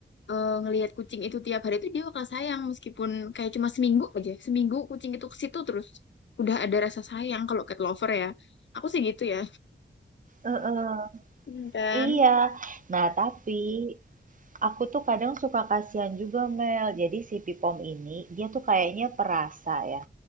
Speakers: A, on the left; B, on the right.
A: eh, ngelihat kucing itu tiap hari tuh dia bakal sayang. Meskipun kayak cuma seminggu aja. Seminggu kucing itu ke situ terus. Udah ada rasa sayang kalau cat lover ya. Aku sih gitu ya.
B: Heeh,
A: Hmm, Kan?
B: iya. Nah, tapi aku tuh kadang suka kasihan juga Mel. Jadi si Pipom ini dia tuh kayaknya perasa ya.